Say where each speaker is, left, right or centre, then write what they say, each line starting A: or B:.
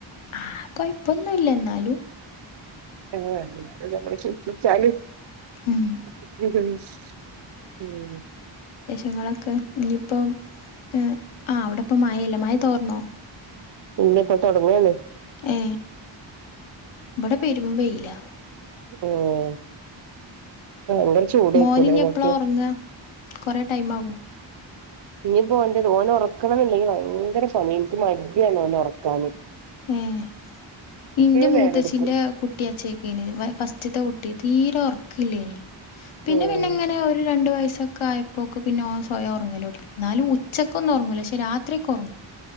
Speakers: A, on the left (about 75°); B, on the right (about 60°).
A: ആ കൊഴപ്പൊന്നുംല്ല ന്നാലും
B: ആഹ അതത് നമ്മൾ ശിക്ഷിച്ചാലും
A: ഉം
B: <unintelligible> ഉ ഉം
A: ങ്ങളൊക്കെ ഇനിയിപ്പോം ഏഹ് അവിടെപോ മഴല്ലേ മഴ തോർന്നോ
B: ഇല്ല്യപ്പൊ തുടങ്ങാണ്
A: ഏ ഇവിടെ പെരും വൈലാ
B: ഉം ഭയങ്കര ചൂട്‌കുംലെ
A: മോന് ഇനി
B: ങ്ങക്ക്
A: എപ്പളാ ഒറങ്ങാ കൊറെ ടൈം ആവോ
B: ഇനി പോന്റ്ത് ഓനെ ഉറക്കണംന്നില്ലെങ്കിൽ ഭയങ്കര പണി എനിക്ക് മടിയാണ് ഓനെ ഉറക്കാന്
A: ഏഹ് ഇന്റെ മൂത്തച്ചിന്റെ
B: നേരം എടുക്കും
A: കുട്ടി അച്ചേക്കെനി ഫസ്റ്റ്ത്തെ തീരെ ഉറക്കില്ലെനി പിന്നെ
B: ഉം
A: പിന്നെ ഇങ്ങനെ ഒരു രണ്ട് വയസ് ക്കെ ആയപ്പോക്ക് പിന്നെ സ്വയം ഉറങ്ങലോടങ്ങി എന്നാലും ഉച്ചക്കൊന്നും ഉറങ്ങൂല്ല പക്ഷെ രാത്രി ഒക്കെ ഉറങ്ങും